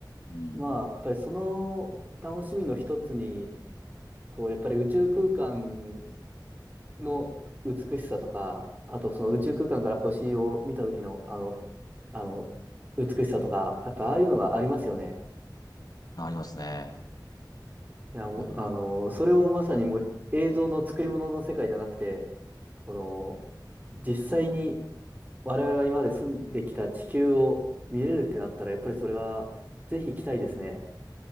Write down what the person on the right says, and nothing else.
まあ、やっぱりその楽しみの一つに、こう、やっぱり宇宙空間の美しさとか、あとその宇宙空間から星を見た時の、
あの、あの、美しさとか、やっぱああいうのがありますよね。
いや、もうあの、
それをまさにもう映像の作り物の世界じゃなくて、この、実際に我々が今まで住んできた地球を見れるってなったら、やっぱりそれはぜひ行きたいですね。